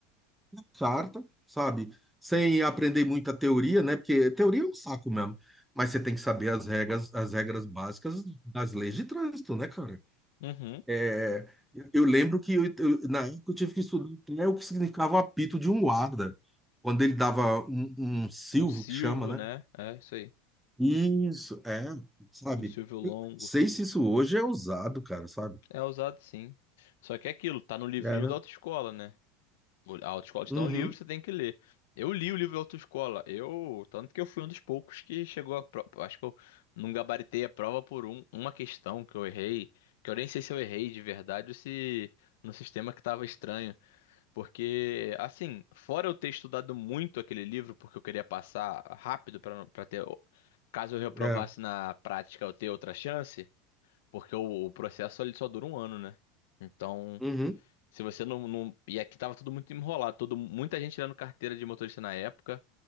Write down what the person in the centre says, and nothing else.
Sarta, sabe? Sem aprender muita teoria, né? Porque teoria é um saco mesmo. Mas você tem que saber as regras, as regras básicas das leis de trânsito, né, cara?
É, eu lembro que eu, eu- na época eu tive que estudar até o que significava o apito de um guarda, quando ele dava um, um silvo,
que chama, né?
Isso, é, sabe?
Eu não sei se isso hoje é usado, cara, sabe?
É, né?
Uhum,
é,
uhum,